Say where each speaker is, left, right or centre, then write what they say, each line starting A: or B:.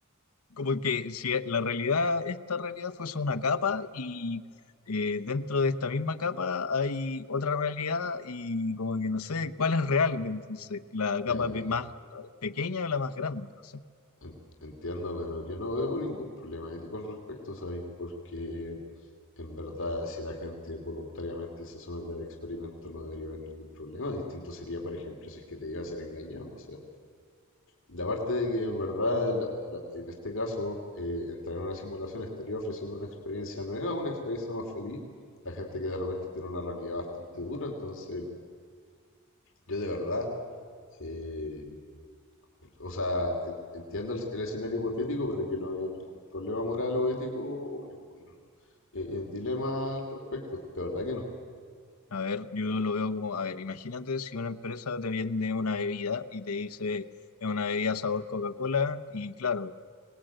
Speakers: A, on the left; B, on the left.
A: como que si la realidad, esta realidad fuese una capa y eh, dentro de esta misma capa hay otra realidad y como que no sé cuál es real. Entonces, la
B: Ya,
A: capa
B: no,
A: pe- más pequeña o la más grande, no sé.
B: en- entiendo, pero yo no veo ningún problema ético al respecto, ¿sabéis? Porque en verdad, si la gente voluntariamente se somete al experimento, no debería haber ningún problema. Distinto sería, por ejemplo, si es que te llega a ser engañado. O sea, la parte de que en verdad, la- la- en este caso, eh, entrar en una simulación estaría ofreciendo una experiencia nueva, una experiencia más feliz a gente que de repente tiene una realidad bastante dura. Entonces, yo de verdad. Eh, O sea, en- entiendo el, el escenario hipotético, pero yo no veo ningún problema moral o ético o ningún eh, eh, dilema al respecto. De verdad que no.
A: A ver, yo lo veo como, a ver, imagínate si una empresa te vende una bebida y te dice, es una bebida sabor Coca-Cola, y claro,